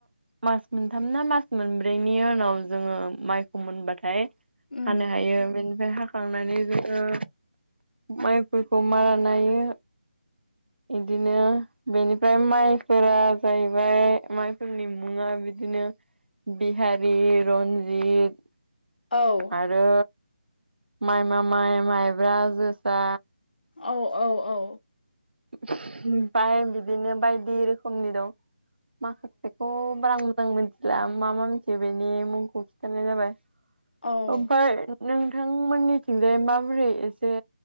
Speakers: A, on the right (about 80°); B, on the left (about 65°).
A: मास मोनथाम ना मास मोनब्रैनि उनाव जोङो माइखौ मोनबाथाय
B: उम
A: हानो हायो बेनिफाय हा हाखांनानै जोङो माइफोरखौ मारा नायो। इदिनो बेनिफ्राय माइ फोरा जाहैबाय माइफोरनि मुङा बिदिनो बिहारि रन्जित
B: औ
A: आरो माइमा माइ माइब्रा जोसा
B: औ औ औ
A: ओमफाय बिदिनो बायदि रोखोमनि दं माखासे खौ बारा मोजां मोनथिला मा मा मिथियो बेनि मुंखौ खिन्थानाय जाबाय।
B: औ औ
A: ओमफाय नोंथांमोननिथिंजाय माबोरै एसे